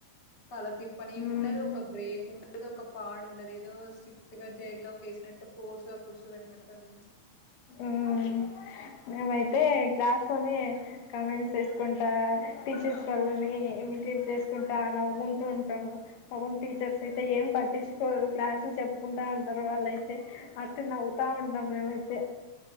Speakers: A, on the left; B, on the left.
A: తల తిప్పనీక్
B: ఉమ్
A: ఉండదు. ఒక బ్రేక్ ఉం ఏదో ఒక పాడు ఉండది. ఏదో స్ట్రిక్ట్గా జైల్లో కేసినట్టు ఫోర్స్గా కూర్చోబెట్టినట్టు ఉంది.
B: ఉమ్ మేం అయితే క్లాస్లోని కామెంట్స్ వేస్కుంటా టీచర్స్ వల్ల వాళ్ళని ఇమిటేట్ చేస్కుంటా నవ్వుకుంటుంటము. పాపం టీచర్స్ అయితే ఏం పట్టించుకోరు. క్లాసులు చెప్పుకుంటా ఉంటారు వాళ్ళయితే అట్ నవ్వుతా ఉంటాం మేమైతే